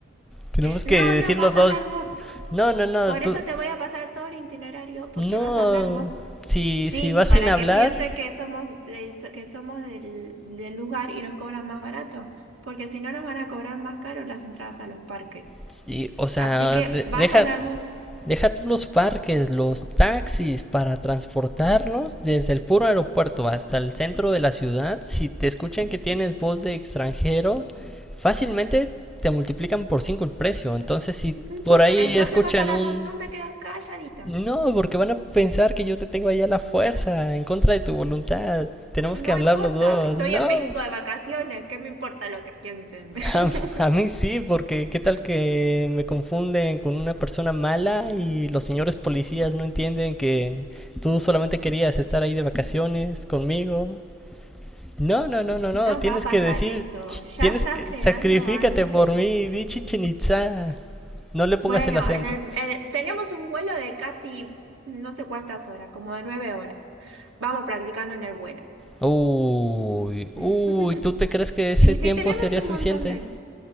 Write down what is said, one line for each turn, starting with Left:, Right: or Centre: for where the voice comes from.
Centre: Tenemos
Right: No,
Centre: que decir
Right: no, vas
Centre: los dos,
Right: a hablar vos.
Centre: no, no, no,
Right: Por
Centre: tú,
Right: eso te voy a pasar todo el itinerario porque
Centre: no,
Right: vas a hablar vos.
Centre: si,
Right: Sí,
Centre: si vas
Right: para
Centre: sin hablar,
Right: que piensen que somos, de- que somos del, del lugar y nos cobran más barato, porque si no nos van a cobrar más caro las entradas a los parques.
Centre: sí, o sea,
Right: Así que
Centre: de-
Right: vas
Centre: deja,
Right: a hablar vos.
Centre: deja tú los parques, los taxis para transportarnos desde el puro aeropuerto hasta el centro de la ciudad. Si te escuchan que tienes voz de extranjero, fácilmente te multiplican por 5 el precio. Entonces, si
Right: No importa.
Centre: por ahí
Right: Entonces
Centre: escuchan
Right: vas a hablar
Centre: un
Right: vos, yo me quedo calladita.
Centre: No, porque van a pensar que yo te tengo ahí a la fuerza, en contra de tu voluntad. Tenemos
Right: No
Centre: que hablar
Right: importa,
Centre: los dos.
Right: estoy
Centre: No.
Right: en México de vacaciones, ¿qué me importa lo que piensen?
Centre: A,
Right: <laughs>
Centre: a mí sí, porque qué tal que me confunden con una persona mala y los señores policías no entienden que tú solamente querías estar ahí de vacaciones conmigo. No, no, no, no, no.
Right: No
Centre: Tienes
Right: va a pasar
Centre: que decir,
Right: eso.
Centre: ch-
Right: Ya
Centre: tienes
Right: estás
Centre: que,
Right: creando
Centre: sacrifícate
Right: algo
Centre: por
Right: que no.
Centre: mí, di Chichen Itza. No le pongas
Right: Bueno,
Centre: el acento.
Right: en el, en- tenemos un vuelo de casi no sé cuántas horas, como de nueve horas. Vamos practicando en el vuelo.
Centre: Uy, uy,
Right: <laughs>
Centre: ¿tú te crees que ese
Right: Y
Centre: tiempo
Right: sí, tenemos
Centre: sería
Right: un
Centre: suficiente?
Right: montón de...